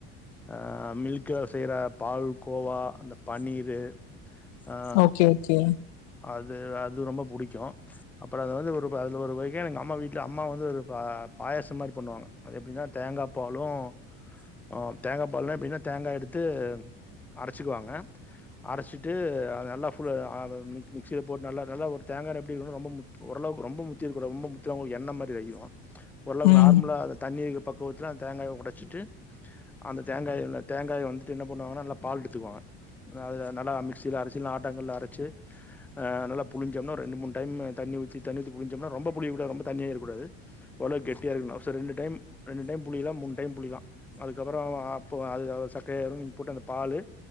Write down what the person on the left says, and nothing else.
ஓகே ஓகே
ம்